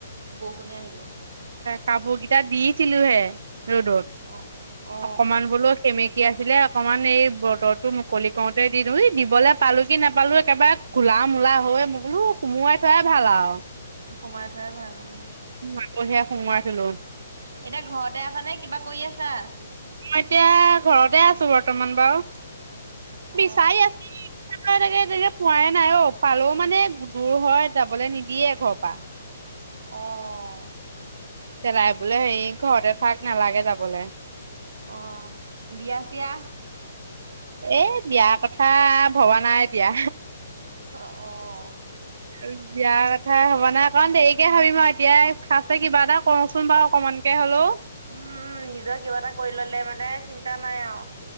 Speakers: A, on the right; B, on the right.
A: বৰষুণে আহিলে।
B: কাপোৰ গিটা দিছিলো হে ৰ'দত
A: অ অ
B: অকমান বোলো- সেমেকী আছিলে অকমান এই বতৰটো মুকলি কৰোতে দি দিওঁ, এই দিবলে পালো কি নাপালো একেবাৰে- কোলা মূলা হৈ মো বোলো সুমোৱাই থোৱাই ভাল আও।
A: সোমাই থোৱাই ভাল উম'।
B: আকৌহে সোমোৱাই থলো।
A: এতিয়া ঘৰতে আছা নে কিবা কৰি আছা?
B: মই এতিয়া ঘৰতে আছো বৰ্তমান বাৰু, বিচাৰি
A: অ
B: আছো। এনেকে এনেকে পোৱাই নাই অও' পালো মানে দূৰ হয় যাবলে নিদিয়ে ঘৰৰ পা।
A: অঁ'
B: চেলাই বোলে হেৰি ঘৰতে থাক নালাগে যাবলে।
A: অঁ' বিয়া চিয়া।
B: এ বিয়া কথা ভবা নাই এতিয়া।
A: অ অ'
B: <unintelligible> বিয়াৰ কথা হব নাই অকণ দেৰিকে ভাবিম আৰু এতিয়া ফাষ্ট কিবা এটা কৰোচোন বাৰু অকমানকে হলেও
A: উম উম নিজৰ কিবা এটা কৰি ললে মানে চিন্তা নাই আৰু